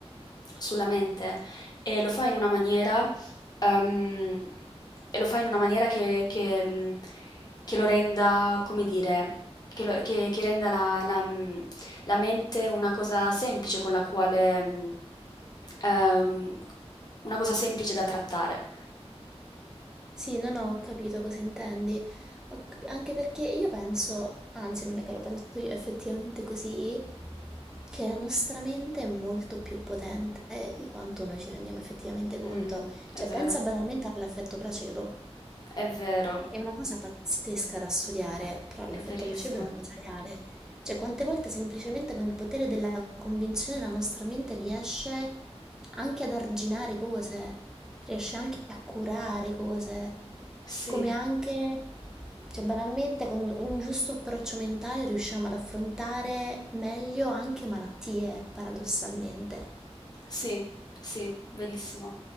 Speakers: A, on the left (about 40°); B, in the centre.
A: sulla mente e lo fa in una maniera, ehm, e lo fa in una maniera che, che, mm, che lo renda, come dire, che, lo- che- che renda la, la, mm, la mente una cosa semplice con la quale, mm, ehm, una cosa semplice da trattare.
B: Sì, non ho capito cosa intendi. Ho cap- anche perché io penso, anzi non è che lo penso io, è effettivamente così, che la nostra mente è molto più potente di quanto noi ci rendiamo effettivamente conto.
A: Mm, è
B: Cioè,
A: vero,
B: pensa banalmente all'effetto placebo.
A: è vero,
B: È è una cosa pazzesca da studiare, però l'effetto
A: è verissimo.
B: placebo è una cosa reale. Cioè, quante volte semplicemente con il potere della convinzione la nostra mente riesce anche ad arginare cose, riesce anche a curare cose,
A: Sì.
B: come anche, cioè, banalmente con un giusto approccio mentale riusciamo ad affrontare meglio anche malattie, paradossalmente.
A: Sì, sì, verissimo.